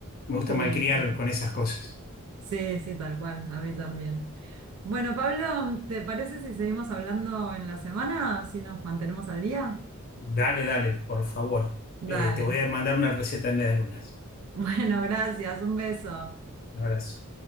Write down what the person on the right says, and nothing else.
Sí,
sí.
Sí, sí, tal cual. A mí también. Bueno, Pablo, ¿te parece si seguimos hablando en la semana? Si nos mantenemos al día.
Dale.
<laughs>
Bueno, gracias. Un beso.